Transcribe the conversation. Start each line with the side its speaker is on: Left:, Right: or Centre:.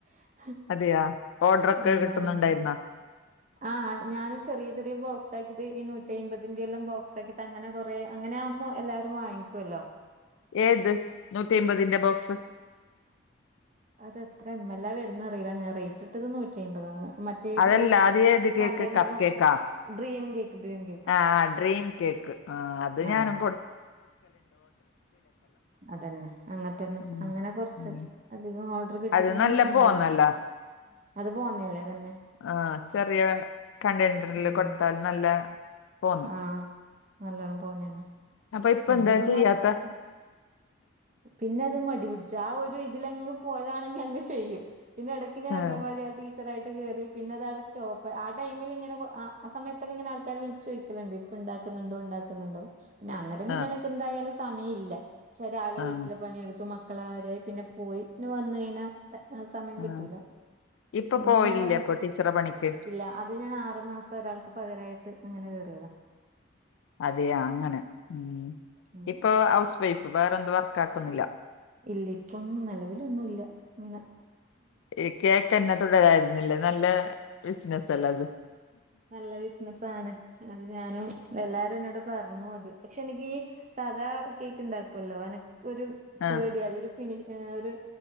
Right: <inaudible>
Left: അതെയ ഓർഡറൊക്കെ
Right: ഉം
Left: കിട്ടുന്നുണ്ടായിരുന്നോ
Right: അവിടെ ആഹ് ഞാന് ചെറിയ ചെറിയ ബോക്സാക്കിട്ട് ഈ നൂ ചെയ്മ്പതിന്റെയെല്ലാം ബോക്സക്കിയിട്ട് അങ്ങനെ കൊറേ അങ്ങനെ ആകുമോ എല്ലാരും വാങ്ങിക്കൊല്ലോ
Left: ഏത് നൂറ്റിമ്പതിന്റെ ബോക്സ്
Right: അതെത്ര എം എല്ലാ വരുന്നെ അറീല്ല ഞാൻ റേറ്റ് ഇട്ടത് നൂറ്റി അയ്മ്പതാണ്. മറ്റേ
Left: അതല്ല
Right: ഈ
Left: അത് ഏത് കേക്ക്
Right: കണ്ടെയ്നർ
Left: കപ്പ്
Right: ബോക്സ്
Left: കേക്കാ
Right: ഡ്രീം കേക്ക് ഡ്രീം കേക്ക്
Left: ആഹ് ഡ്രീം കേക്ക് ആ അത്
Right: ആഹ്
Left: ഞാനും കൊട്
Right: അതന്നെ അങ്ങൻത്തന്നെ
Left: ഉം
Right: അങ്ങനെ കൊർച്ച്
Left: ഉം
Right: അധികം ഓഡർ കിട്ടിക്കഴിഞ്ഞാ
Left: അത് നല്ല
Right: ഞന്ണ്ടാക്കും
Left: പോന്നല്ല
Right: അത് പോന്നല്ലേ അതന്നെ.
Left: ആഹ് ചെറിയ കണ്ടെയനറിൽ
Right: ഉം
Left: കൊടുത്താൽ നല്ല തോന്നും
Right: ആഹ് നല്ലോണം പോന്നന്നെ
Left: അപ്പൊ ഇപ്പൊ
Right: പിന്നിപ്പം
Left: എന്താ ചെയ്യാത്ത
Right: കൊർച്ചായിട്ട് പിന്നെ അത് മടി പിടിച്ചു ആ ഒരു ഇതിലങ്ങ് പോയതാണെങ്കി അങ്ങ് ചെയ്യും പിന്നെ ഇടക്കിങ്ങനെ
Left: ആഹ്
Right: അംഗനവാടിയി ടീ ച്ചറായിട്ട് കയറി പിന്നെ അതാടെ സ്റ്റോപ്പ് ആ ടൈമില് ഇങ്ങനെ ആ സമയത്തല്ല ഇങ്ങനെ ആൾക്കാര് വിളിച്ചു ചോയ്ക്കല്ണ്ട് ഇപ്പ ഇണ്ടാക്ക്ന്ന്ണ്ടോ ഇണ്ടാക്ക്ന്ന്ണ്ടോ പിന്നെ അന്നേ പിന്നെ
Left: ആഹ്
Right: എനക്ക് എന്തായാലും സമഴില്ല ച്ചാ രാവിലെ
Left: ആഹ്
Right: വീട്ട്ല പണിയെടുക്കും മക്കളകാര്യായി പിന്നെ പോയി പിന്നെ വന്ന് കഴിഞ്ഞാ സമയം കിട്ടൂല
Left: ആഹ് ഇപ്പൊ
Right: പിന്നെതട
Left: പോയില്ലേ ഇപ്പൊ ടീച്ചറെ പണിക്ക്
Right: ഇല്ല അത് ഞാൻ ആറു മാസം തൊരാൾക്ക് പകരായിട്ട് അങ്ങനെ കേയറിയതാ
Left: അതെ അങ്ങനെ ഉം
Right: ഉം.
Left: ഇപ്പൊ ഹൗസ് വൈഫ് വേറെന്ത് വർക്ക് ആക്കുന്നില്ല.
Right: ഇല്ല്യ ഇപ്പൊന്നും നിലവിലൊന്നുംല്ല ഇങ്ങനെ.
Left: ഈ കേക്കന്നെ തുടരായിരുന്നില്ലേ നല്ല ബിസിനസല്ല അത്
Right: നല്ല ബിസ്നസാണ് അത് ഞാനും എല്ലാരും എന്നോട് പർണു അത് പക്ഷെ എനിക്കീ സാധാ കേക്ക് ണ്ടാക്കോല്ലോ അനക്ക് ഒരു
Left: ആഹ്
Right: പേടി അതരു ഫിനി ഒരു